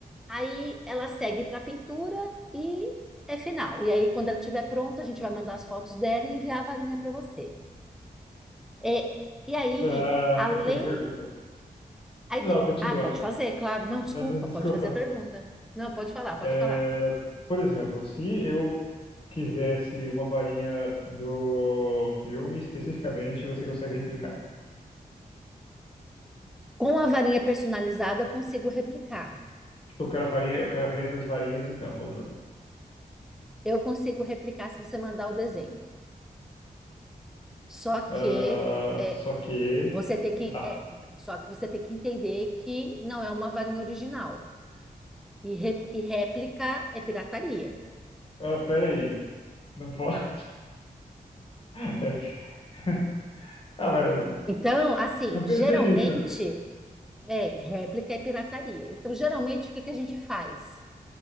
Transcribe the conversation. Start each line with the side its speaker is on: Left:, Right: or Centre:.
Centre: Aí ela segue para a pintura e é final. E aí, quando ela estiver pronta, a gente vai mandar as fotos dela e enviar a varinha para você. É, e aí,
Left: Ah,
Centre: além.
Left: eu tenho pergunta.
Centre: Aí
Left: Não,
Centre: tem,
Left: continua.
Centre: ah, pode fazer, claro. Não, desculpa,
Left: Não, não, Desculpa.
Centre: pode fazer a pergunta. Não, pode falar, pode
Left: É,
Centre: falar.
Left: por exemplo, se eu quisesse uma varinha do filme especificamente, você consegue replicar.
Centre: Com a varinha personalizada, eu consigo replicar.
Left: Eu quero a varinha, eu quero a varinha das varinhas do Dumbledore.
Centre: Eu consigo replicar se você mandar o desenho. Só
Left: Ah,
Centre: que é,
Left: só que.
Centre: você tem que.
Left: Tá.
Centre: É, então, só que você tem que entender que não é uma varinha original. E, rep- e réplica é pirataria.
Left: Ah, pera aí. Não pode. <laughs> É f- <laughs> Ah, mas eu
Centre: Então, assim,
Left: não pensei
Centre: geralmente
Left: nisso.
Centre: é réplica e pirataria. Então, geralmente, o que que a gente faz?